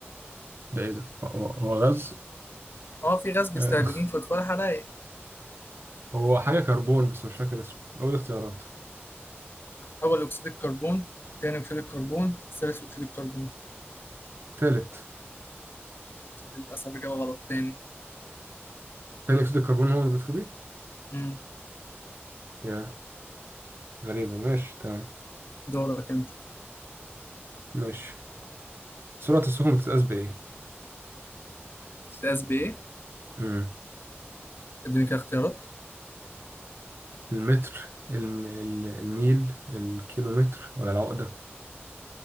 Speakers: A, on the right (about 60°); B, on the left (about 55°).
A: ده ايه ده هو هو غاز
B: اه في غاز بيستخدموه
A: آه
B: في اطفاء الحرائق
A: <laughs> هو حاجة كربون بس مش فاكر اسمه أول اختيارات
B: أول أكسيد الكربون تاني أكسيد الكربون ثالث أكسيد الكربون
A: تالت
B: للأسف إجابة غلط تاني
A: تاني أكسيد الكربون هو اللي بيطفو بيه
B: مم.
A: يا غريبة ماشي تمام
B: دورك أنت
A: ماشي سرعة السفن بتتقاس بإيه؟
B: استاذ بإيه؟
A: مم.
B: اديني كده اختيارات
A: المتر الم... ال- الميل الكيلومتر ولا العقدة